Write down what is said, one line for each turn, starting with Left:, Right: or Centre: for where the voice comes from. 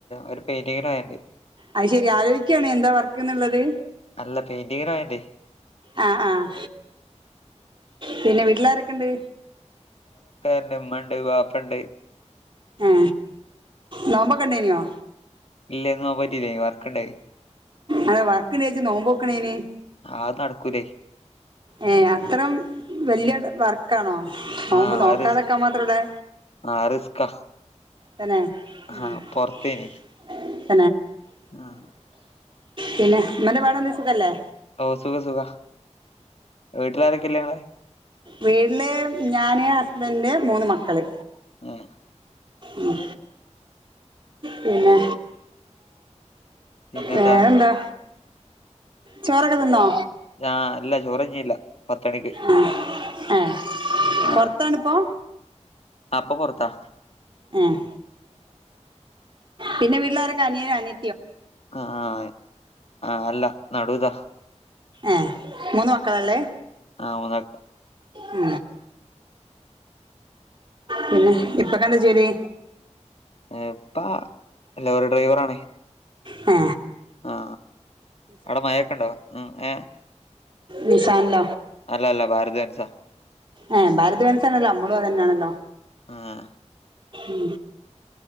Left: ഒരു പെയിന്റിങ്ങിന്റെ പണിയുണ്ട്
Right: അത് ശെരി ആലോചിക്കയാണ് എന്താ വർക്കെന്നുള്ളത്
Left: അല്ല പെയിന്റിങ്ങിന്റെ പണിയുണ്ടേ
Right: ആഹ് ആഹ് പിന്നെ വീട്ടിലാരൊക്കെയുണ്ട്
Left: വീട്ടിൽ ഉമ്മായുണ്ട് വാപ്പയുണ്ട്
Right: ആ നോമ്പൊക്കെ ഉണ്ടായിനോ
Left: ഇല്ല ഇന്ന് നോമ്പ് നോറ്റിയില്ല വർക്കുണ്ടായി
Right: അതേ വർക്കുണ്ടേച്ച് നോമ്പ് നോക്കണേന്
Left: അത് നടക്കൂലേ
Right: ഏ അത്രം വല്യ വർക്കാണോ നോമ്പ്
Left: ആഹ്
Right: നോക്കാതിരിക്കാൻ
Left: അത് റിസ്ക്
Right: മാത്രവുള്ളേ
Left: ആഹ് റിസ്കാ
Right: തന്നെ ഉം
Left: ആഹ് പൊറത്തേനി ആഹ്
Right: പിന്നെ ഉമ്മാന്റെ <unintelligible> സുഖവല്ലേ
Left: ഓഹ് സുഖം സുഖം വീട്ടില് ആരൊക്കെ ഉള്ളേ നിങ്ങളെ
Right: വീട്ട്ല് ഞാന് ഹസ്ബൻ്റ് മൂന്ന് മക്കള്
Left: ആഹ്.
Right: ഉം പിന്നെ.
Left: പിന്നെന്താ
Right: വേറെന്താ, ചോറൊക്കെ തിന്നോ?
Left: ഞാ ഇല്ല ചോറ് <unintelligible> പത്ത് മണിക്ക്
Right: ആ ഏ
Left: ആഹ്
Right: പൊറത്താണിപ്പോ
Left: ആഹ് ഇപ്പൊ പൊറത്താ
Right: ഏഹ് പിന്നെ വീട്ടില് ആരൊക്കെ അനിയ അനി
Left: ആഹ് അതല്ല നടു ഇതാ
Right: ഏഹ് മൂന്ന് മക്കള ഉള്ളെ.
Left: ആ മൂന്ന് മക്ക
Right: ഉ പിന്നെ ഇപ്പൊക്കെഎന്താ ജോലി
Left: ഇപ്പാ ലോറി ഡ്രൈവറ ആണേ
Right: ആ
Left: ആ അവിടെ മഴൊക്കെ ഉണ്ടോ ഉ ഏ
Right: നിശാല
Left: അല്ല അല്ല ഭാരത് ബെൻസ
Right: ഏ ഭാരത വൻസനല്ലോ അമ്മളുവ തന്നാണല്ലോ
Left: ആഹ
Right: ഉ